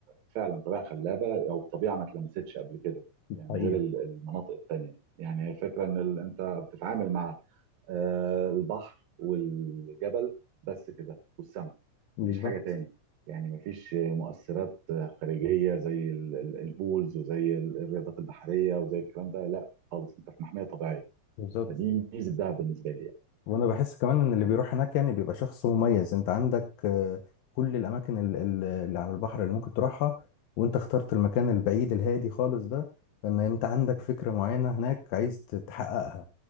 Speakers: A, on the right; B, on the left.
A: فعلا طبيعة خلابة او طبيعة ما اتلمستش قبل كده يعني
B: حقيقة
A: غير ال- المناطق التانية يعني هي الفكرة ان ال- انت بتتعامل مع آه، البحر والجبل بس كده والسماء
B: بالظبط
A: مفيش حاجة تاني يعني مفيش مؤثرات خارجية زي ال- ال- البولز وزي ال- الرياضات البحرية وزي الكلام ده لا خالص انت في محمية طبيعية
B: بالظبط
A: فدي ميزه الذهب بالنسبه لي يعني
B: وانا بحس كمان ان اللي بيروح هناك يعني بيبقى شخص مميز انت عندك آه، كل الاماكن ال- ال- اللي على البحر اللي ممكن تروحها وانت اخترت المكان البعيد الهادي خالص ده لان انت عندك فكرة معينة هناك عايز ت- تحققها